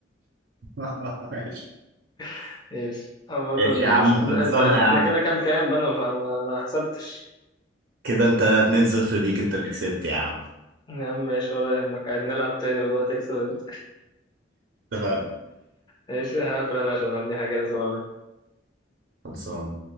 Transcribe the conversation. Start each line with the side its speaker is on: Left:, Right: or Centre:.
Right: <laughs> ماشي
Left: <laughs> ماشي عامة
Right: ماشي يا عم
Left: مش مش-
Right: خلصانة
Left: أنت أنت-
Right: يا
Left: إحنا
Right: عم
Left: كده كام كام بنا فما ما حسبتش
Right: كده انت 2-0 ليك انت اللي كسبت يا عم
Left: يا عم ماشي ولا يهمك عادي نلعب تاني ودلوقتي تكسب أنت
Right: اتفقنا
Left: ماشي هقفل أنا عشان عندي حاجة لازم أعملها
Right: خلصان